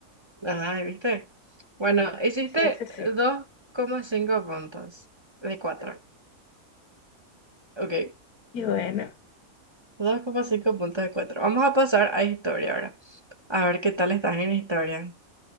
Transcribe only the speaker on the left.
Sí, sí, sí.
Y bueno,